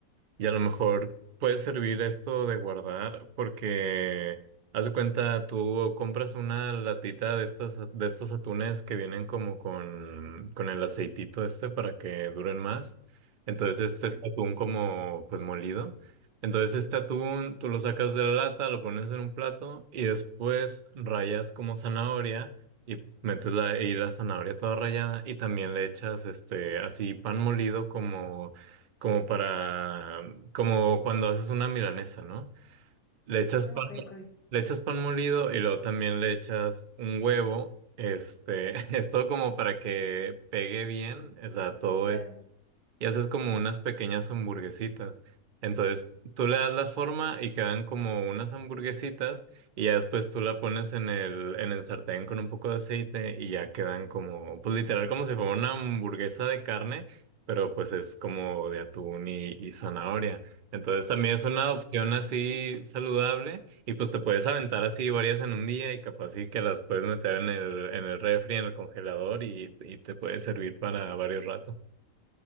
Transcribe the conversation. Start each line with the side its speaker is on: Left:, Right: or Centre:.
Right: y a lo mejor puede servir esto de guardar porque haz de cuenta, tú compras una latita de estas, de estos atunes que vienen como con, con el aceitito este para que duren más. Entonces este
Left: Ujú.
Right: es atún como pues molido. Entonces este atún tú lo sacas de la lata, lo pones en un plato y después rayas como zanahoria. Y metes la, y la zanahoria toda rallada y también le echas este así pan molido como, como para, como cuando haces una milanesa, ¿no? Le echas
Left: Ah,
Right: pan,
Left: ok, ok,
Right: le echas pan molido y luego también le echas un huevo, este, <laughs> es todo como para que pegue bien, o sea, todo
Left: claro.
Right: y haces como unas pequeñas hamburguesitas. Entonces tú le das la forma y quedan como unas hamburguesitas y ya después tú la pones en el, en el sartén con un poco de aceite y ya quedan como, pues literal como si fuera una hamburguesa de carne, pero pues es como de atún y, y zanahoria. Entonces también es una
Left: Ah,
Right: opción así saludable y pues te puedes aventar así varias en un día y capaz sí que las puedes meter en el, en el refri, en el congelador y, y te puede servir para varios ratos.